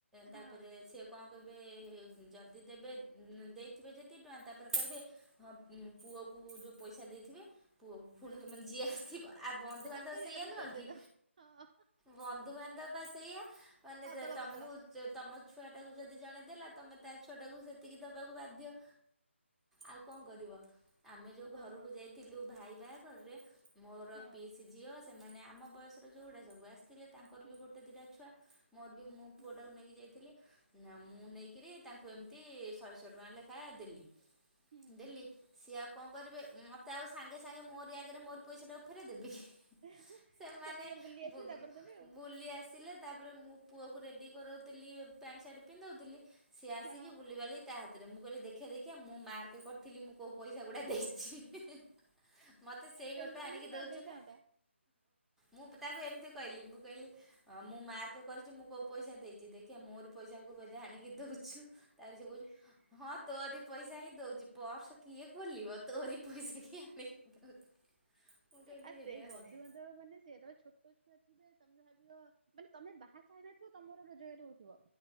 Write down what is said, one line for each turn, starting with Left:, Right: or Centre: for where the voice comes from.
Centre: ତାପରେ
Right: ହଁ
Centre: ସେ କଣ କହିବେ ଯଦି ଦେବେ ଦେଇଥିବେ ଯେତିକି ଟଙ୍କା ତାପରେ କହିବେ ହଁ ପୁଅକୁ ମୁଁ ଯେଉଁ ପଇସା ଦେଇଥିବି ପୁଅ ପୁଣି
Right: ହଁ।
Centre: ମାନ ଯିଏ ଆସିଥିବ ଆଉ ବନ୍ଧୁବାନ୍ଧବ
Right: ଚାକରି
Centre: ସେଇଆ
Right: ଅଧା ରିଟର୍ଣ
Centre: ନୁହଁ କି
Right: ଦେଇଦ ହଁ
Centre: ବନ୍ଧୁବାନ୍ଧବ ବା ସେଇଆ ମାନେ
Right: ଅଦଳ
Centre: ତମ
Right: ବଦଳ
Centre: ତମ ଛୁଆଟାକୁ ଯଦି ଜଣେ ଦେଲା ତମେ ତା ଛୁଆଟାକୁ ସେତିକି ଦବାକୁ ବାଧ୍ଯ ଆଉ କଣ କରିବ? ଆମେ ଯେଉଁ
Right: ହଁ
Centre: ଘରକୁ ଯାଇଥିଲୁ ଭାଇ ବାହାଘରରେ ମୋର
Right: ହଁ
Centre: ପିଇସି ଝିଅ ମାନେ ଆମ ବୟସର ଯୋଉଗୁଡା ସବୁ ଆସିଥିଲେ ତାଙ୍କର
Right: ହୁଁ
Centre: ବି ଗୋଟେ ଦିଟା ଛୁଆ ମୋର ବି ମୋ
Right: ହୁଁ
Centre: ପୁଅଟାକୁ ନେଇକି ଯାଇଥିଲି ନା ମୁଁ ନେଇକରି ତାଙ୍କୁ ଏମିତି ଶହେ ଶହେ ଟଙ୍କା ଲେଖାଏ ଦେଲି
Right: ହୁଁ
Centre: ଦେଲି ସିଏ ଆଉ କଣ କରିବେ ମ ତ ଆଉ ସାଙ୍ଗେ ସାଙ୍ଗେ ମୋରି ଆଗରେ ମୋରି ପଇସା କୁ ଫେରେ ଦେବି କି
Right: ସେ
Centre: ସେମାନେ
Right: ଟିକେ ବୁଲି ଆସିବେ
Centre: ବୁ
Right: ତାପରେ ଦେବେ ଆଉ।
Centre: ବୁଲି ଆସିଲେ ତାପରେ ମୁଁ ପୁଅକୁ ରେଡ଼ି କରାଉଥିଲି ପ୍ୟାଣ୍ଟ ସାର୍ଟ ପିନ୍ଧଉଥିଲି ସିଏ ଆସିକି
Right: ହଁ
Centre: ବୁଲିବାଲିି ତା ହାତରେ ମୁଁ କହିଲି ଦେଖି ଦେଖିଆ ମୁଁ ମାର୍କେ କରିଥିଲି ମୁଁ କୋଉ ପଇସା ଗୁଡା ଦେଇଥିଛି ମତେ ସେଇ
Right: ନେଲ
Centre: ନୋଟ
Right: ପଲିସ
Centre: ଆଣିକି
Right: ମାରି
Centre: ଦଉଛୁ
Right: ଦେଇଥାନ୍ତା
Centre: ନା ମୁଁ ତାକୁ ଏମିତି କହିଲି ମୁଁ କହିଲି ମୁଁ ମାର୍କ କରିଛି ମୁଁ କୋଉ ପଇସା ଦେଇଛି ଦେଖିବା ମୋରି ପଇସାକୁ ବ ଆଣିକି ଦଉଛୁ ତାର ସେ କହୁଛି ହଁ ତୋରି ପଇସା ହିଁ ଦଉଛି ପର୍ସ କିଏ ଖୋଲିବ ତୋରି ପଇସା କିଏ ଆଣିକି ଦଉଛି। ମୁଁ କହିଲି
Right: ଆ ସେଇ
Centre: ହେ
Right: ବନ୍ଧୁବାନ୍ଧବ
Centre: ଭଗ୍
Right: ମାନେ ସିଇଆ ତମେ ଛୋଟ ସେ ଥିବେ ତମେ ଭାବିବ ମାନେ ତମେ ବାହା ସାହା ହେଇ ନଥିବ ତମର ରୋଜଗାର ହଉଥିବ।